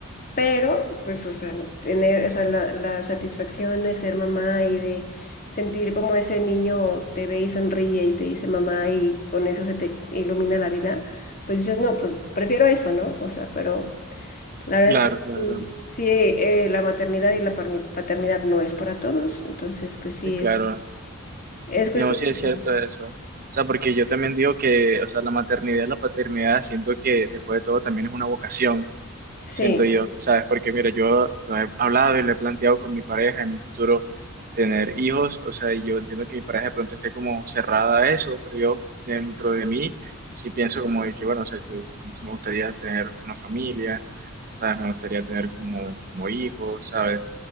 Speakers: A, on the left; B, on the right.
A: pero, pues, o sea, tener, o sea, la, la satisfacción de ser mamá y de sentir como ese niño te ve y sonríe y te dice mamá y con eso se te ilumina la vida, pues dices, no, pues prefiero eso, ¿no? O sea, pero la verdad
B: Claro,
A: es que
B: claro,
A: sí, sí, eh, la maternidad y la parni- paternidad no es para todos, entonces, pues sí,
B: sí, claro.
A: es, es cuestión.
B: Y no, sí es cierto eso. O sea, porque yo también digo que, o sea, la maternidad y la paternidad, siento que después de todo también es una vocación.
A: Sí,
B: siento yo, ¿sabes? Porque mira, yo lo he hablado y lo he planteado con mi pareja en un futuro tener hijos, o sea, y yo entiendo que mi pareja de pronto esté como cerrada a eso, pero yo dentro de mí sí pienso como de que, bueno, o sea, yo a mí sí me gustaría tener una familia, ¿sabes? Me gustaría tener como, como hijos, ¿sabes?